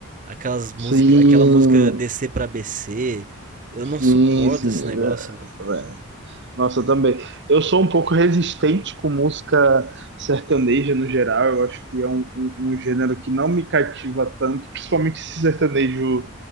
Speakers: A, on the right; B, on the right.
A: aquelas música,
B: sim,
A: aquela música DC pra BC. Eu
B: sim,
A: não suporto
B: sim.
A: esse negócio.
B: é, Nossa, eu também. Eu sou um pouco resistente com música sertaneja no geral. Eu acho que é um, um- um gênero que não me cativa tanto, principalmente esse sertanejo